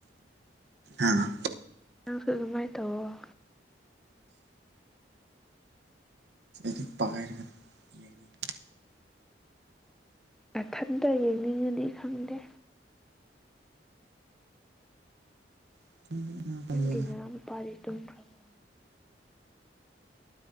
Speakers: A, on the right; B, in the centre.
A: ꯑꯥ
B: ꯅꯁꯨ ꯑꯗꯨꯃꯥꯏ ꯇꯧ ꯑꯣ
A: ꯗꯤ ꯄꯔꯒ ꯌꯦꯅꯤꯡꯦ
B: ꯅꯊꯟꯇꯥ ꯍꯦꯡ ꯌꯦꯡꯅꯤ ꯉꯥꯗꯤ ꯈꯡꯗꯦ
A: <unintelligible>
B: ꯑꯦ ꯅꯦꯌꯟ ꯅꯨꯄꯥꯗꯤ ꯇꯨꯝꯀꯔ꯭ꯕꯣ